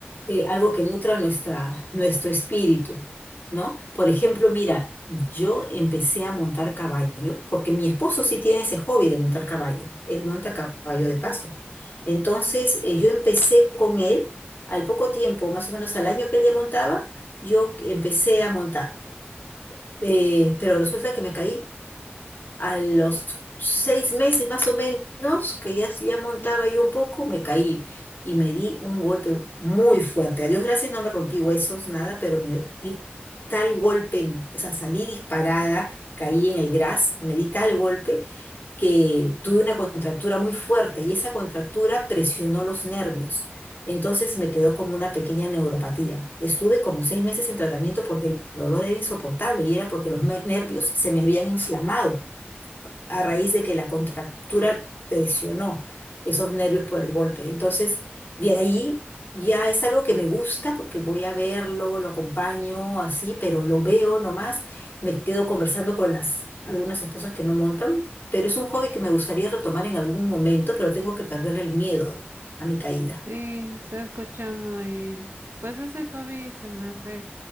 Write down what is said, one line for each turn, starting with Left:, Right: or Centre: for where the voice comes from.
Left: eh, algo que nutra nuestra, nuestro espíritu. ¿no? Por ejemplo, mira, yo empecé a montar caballo porque mi esposo sí tiene ese hobby de montar caballo. Él monta caballo de paso. Entonces, eh, yo empecé con él al poco tiempo, más o menos al año que él ya montaba, yo empecé a montar. Eh, pero resulta que me caí. A los seis meses más o menos, que ya, ya montaba yo un poco, me caí y me di un golpe muy fuerte. A Dios gracias, no me rompí huesos, nada, pero me di tal golpe, en- o sea, salí disparada, caí en el gras, me di tal golpe que tuve una contractura muy fuerte y esa contractura presionó los nervios. Entonces me quedó como una pequeña neuropatía. Estuve como seis meses en tratamiento porque el dolor era insoportable y era porque los me- nervios se me habían inflamado a raíz de que la contractura presionó esos nervios por el golpe. Entonces, de ahí ya es algo que me gusta porque voy a verlo, lo acompaño así, pero lo veo nomás, me quedo conversando con las algunas esposas que no montan, pero es un hobby que me gustaría retomar en algún momento, pero tengo que perderle el miedo a mi caída.
Right: Sí, se escucha muy, pues ese hobby se me hace